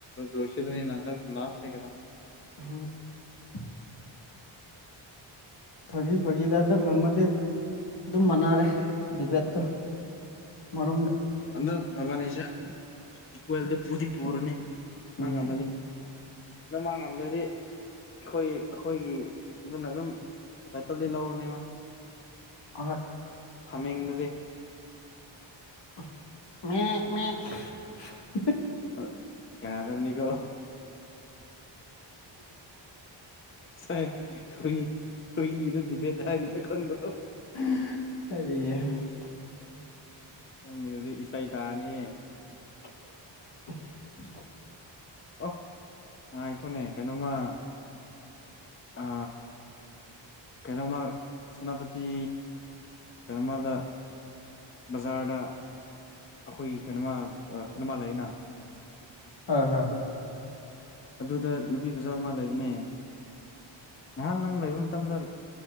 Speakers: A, on the left; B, on the left.
A: ꯗꯣꯁꯤꯅꯤ ꯅ ꯂꯥꯁꯅꯤ ꯀꯩꯅꯣ
B: <inaudible> ꯐꯥꯒꯤ ꯐꯥꯒꯤꯗ ꯍꯟꯗꯛ ꯉꯝꯃꯗꯤ ꯑꯗꯨꯝ ꯃꯥꯟꯅꯔꯦ ꯗꯤꯕꯦꯠꯇꯣ ꯃꯔꯝꯗ
A: ꯑꯗ ꯃꯉ ꯂꯩꯁ ꯏꯀꯋꯦꯜꯗ ꯄ ꯄꯨꯊ ꯄꯔꯅꯤ
B: ꯎꯝ
A: ꯃꯥꯉꯥꯝꯃꯗꯤ ꯑ ꯃꯥꯉꯥꯃꯗꯤ ꯑꯩꯈꯣꯏ ꯑꯩꯈꯣꯏꯒꯤ ꯑꯗꯨꯅ ꯑꯗꯨꯝ ꯇꯥꯏꯇꯜꯗꯤ ꯂꯧꯔꯨꯅꯦꯃ
B: ꯍꯣꯏ
A: ꯍꯥꯃꯦꯡꯗꯗꯤ
B: <inaudible>
A: ꯑ ꯌꯥꯗꯕꯅꯤꯀꯣ ꯁꯥꯏ ꯍꯨꯏ ꯍꯨꯏꯗ ꯕ ꯊꯔꯤꯗ ꯀꯗꯣ
B: <inaudible>
A: ꯍꯪꯗ꯭ꯔꯗꯤ ꯏꯁꯥꯏ ꯇꯅꯦ
B: <inaudible>
A: ꯑꯣ ꯉꯥꯏꯈꯣꯅꯦ ꯀꯩꯅꯣꯃ ꯑ ꯀꯩꯅꯣꯃ ꯁꯦꯅꯥꯄꯇꯤ ꯀꯩꯅꯣꯃꯗ ꯕꯖꯥꯔꯗ ꯑꯩꯈꯣꯏꯒꯤ ꯀꯩꯅꯣꯃ ꯈꯨꯅꯃꯥ ꯂꯩꯅ
B: ꯑ ꯍꯥ
A: ꯑꯗꯨꯗ ꯅꯨꯄꯤ ꯐꯆꯥ ꯑꯃ ꯂꯩꯕꯅꯦ ꯅꯍꯥꯟ ꯅꯪ ꯂꯩꯕ ꯃꯇꯝꯗ